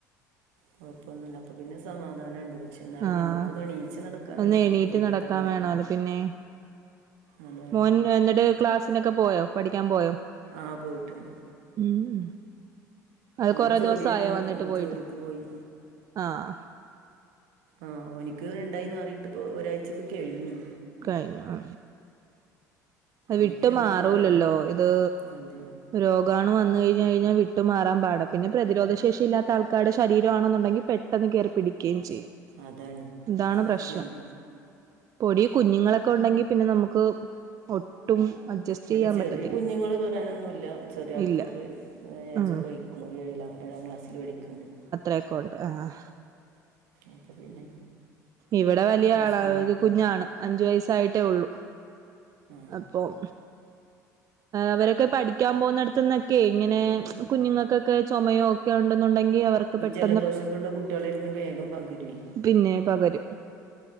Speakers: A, on the right (about 65°); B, on the right (about 35°).
A: കൊഴപ്പൊന്നുല്ലാ അപ്പൊ പിന്നെ സമാധാനംണ്ട് പക്ഷെ എന്നാലും
B: ആഹ്
A: ഞമ്മക്കൊന്ന് എണീച്ചു നടക്കാൻ
B: ഒന്ന്
A: കയിക്കണം
B: എണീറ്റ്
A: വീട്ടിത്തെ
B: നടക്കാൻ
A: കാര്യങ്ങളൊക്കെ
B: വേണോല്ലോ പിന്നെ
A: അതാണ്
B: മോൻ എന്നിട്ട് ക്ലാസ്സിനൊക്കെ പോയോ പഠിക്കാൻ പോയോ
A: ആഹ് പോയിട്ടുണ്ട്
B: ഉം ഉം അത്
A: ഓന്
B: കൊറെ
A: ജോലിയാണ്
B: ദെവസായോ വന്നിട്ട്
A: ഓന്
B: പോയിട്ട്
A: ജോലിക്ക് പോയി
B: ആഹ്
A: ആഹ് ഓനിക്ക് ഇണ്ടായി മാറിയിട്ടിപ്പോ ഒരാഴ്ചക്കെ കഴിഞ്ഞു
B: കഴിഞ്ഞു ആ വിട്ട്
A: എനിക്ക് എന്തുകൊണ്ടറിയില്ല
B: മാറൂലല്ലോ ഇത്
A: അതെ
B: രോഗാണു വന്നു കഴിഞ്ഞു കഴിഞ്ഞാൽ വിട്ടുമാറൻ പാട പിന്നെ പ്രതിരോധ ശേഷി ഇല്ലാത്ത ആൾക്കാരുടെ ശരീരമാണെന്നുണ്ടങ്കിൽ പെ പെട്ടെന്ന് കേറി പിടിക്കുകയും ചെയ്യും
A: അതാണ്
B: ഇതാണ്
A: സത്യമാണ്
B: പ്രശ്നം പൊടി കുഞ്ഞുങ്ങളൊക്കെ ഉണ്ടെങ്കി പിന്നെ നമുക്ക് ഒട്ടും അഡ്ജസ്റ്റ്
A: ഇവിടെ
B: ചെയ്യാൻ
A: ചെറിയ
B: പറ്റത്തില്ല
A: കുഞ്ഞുങ്ങള് പറയാനൊന്നുല്ല ചെറിയ മക്കൾക്ക്
B: ഇല്ല
A: ഏയ്ജൊക്കെ
B: ഉം
A: ആയിക്കുണ് ഏഴില് ഏഴാം ക്ലാസ്സിൽ പഠിക്കണ്ട്
B: ആയിക്കോട്ടെ ആഹ്
A: അപ്പോൾ പിന്നെ
B: ഇവിടെ വലിയ
A: പ്രശ്നമൊന്നുമില്ല
B: ആള ഒരു കുഞ്ഞാണ് അഞ്ചു വയസായിട്ടേ ഉള്ളു
A: ആ
B: അപ്പം അവരെ ഒക്കെ പഠിക്കാൻ പോകുന്നിടത്തന്നൊക്കെ ഇങ്ങനെ കുഞ്ഞുങ്ങൾക്കൊക്കെ ചുമയോ ഒക്കെ ഉണ്ടെന്നുണ്ടെങ്കിൽ അവർക്ക് പെട്ടെ
A: ജലദോഷക്കുള്ള കുട്ടികളെരുത്ത്ന്ന് വേഗം പകരുഏ
B: പിന്നെ പകരും